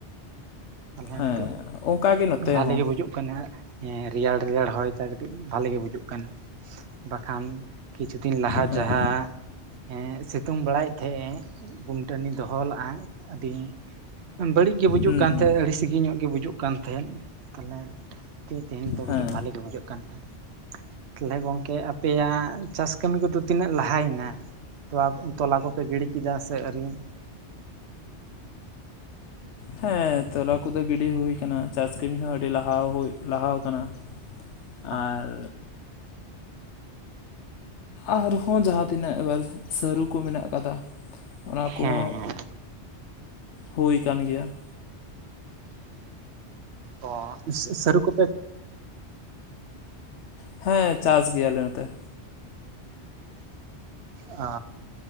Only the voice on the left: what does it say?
ᱦᱮᱸ
ᱚᱱᱠᱟᱜᱮ ᱱᱚᱛᱮ
ᱦᱚᱸ
ᱦᱮᱸ
ᱦᱩᱸ
ᱦᱩᱸ
ᱦᱮᱸ
ᱦᱮᱸ ᱛᱚᱞᱟ ᱠᱚᱫᱚ ᱜᱤᱰᱤ ᱦᱚᱭ ᱟᱠᱟᱱᱟ ᱪᱟᱥ ᱠᱟᱹᱢᱤ ᱦᱚᱸ ᱟᱹᱰᱤ ᱞᱟᱦᱟ ᱦᱩᱭ ᱞᱟᱦᱟᱣ ᱟᱠᱟᱱᱟ ᱾
ᱟᱨ ᱟᱨᱦᱚᱸ ᱡᱟᱦᱟᱸ ᱛᱤᱱᱟᱹᱜ ᱵᱟᱨ ᱥᱟᱹᱨᱩ ᱠᱚ ᱢᱮᱱᱟᱜ ᱠᱟᱫᱟ ᱚᱱᱟ
ᱠᱚᱦᱚᱸ
ᱦᱩᱭ ᱟᱠᱟᱱ ᱜᱮᱭᱟ ᱾
ᱦᱮᱸ ᱪᱟᱥ ᱜᱮᱭᱟᱞᱮ ᱱᱚᱛᱮ